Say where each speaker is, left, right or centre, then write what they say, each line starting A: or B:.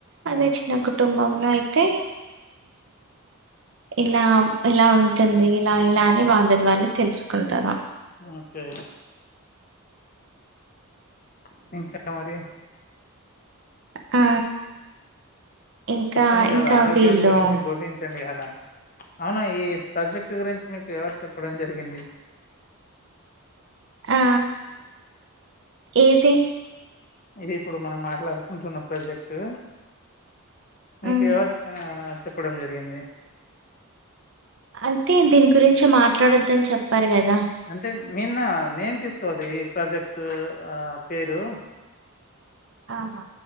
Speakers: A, on the right; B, on the left.
A: అదే
B: అవును
A: చిన్న కు కుటుంబంలో అయితే ఇలా ఇలా ఉంటుంది ఇలా ఇలా అని వాళ్ళది వాళ్ళు తెల్స్ కుంటరు
B: <unintelligible> <unintelligible>
A: ఆ ఇంకా
B: చెప్పండి కదా
A: ఇంకా
B: ఆరోగ్యం
A: వీళ్ళు
B: గురించి బోధించండి కదా అవును ఈ ప్రజెక్ట్ గురించి మీక్ ఎవరు చెప్పడం జరిగింది
A: ఆ ఏద్
B: ఇది ఇప్పుడు మనం మాట్లాడుకుంటున్న ప్రజెక్టు మీక్
A: ఉమ్,
B: ఎవరు ఆ చెప్పడం జరిగింది
A: అంటే దీన్ గురించి మాట్లాడొద్దన్ చెప్పారు కదా
B: అంటే మిన్న నేమ్ తీసుకోవదు ఈ ప్రజెక్టు ఆ పేరు
A: ఆహ్